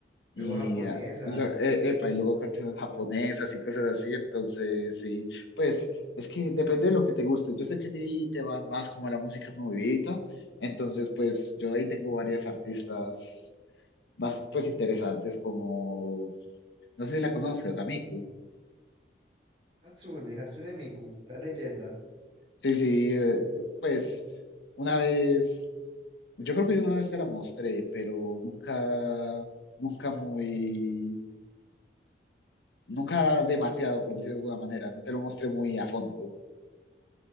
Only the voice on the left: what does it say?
y,
ah, lo- e- epa, y luego canciones japonesas y cosas así. Entonces, sí, pues es que depende de lo que te guste. Yo sé que a ti te va más como la música movidita, entonces, pues yo ahí tengo varias artistas más pues interesantes, como, no sé si la conozcas, a Miku.
Sí, sí, eh, pues una vez, yo creo que yo una vez te la mostré, pero nunca, nunca muy, nunca demasiado, por decirlo de alguna manera, no te lo mostré muy a fondo,